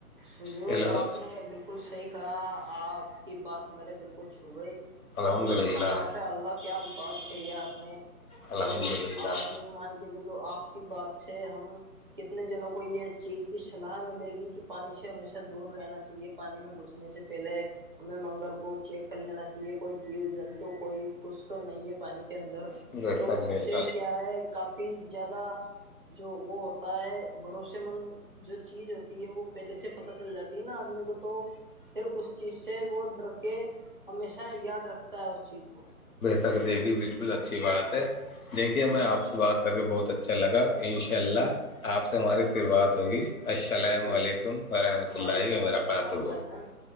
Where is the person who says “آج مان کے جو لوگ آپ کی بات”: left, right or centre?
Right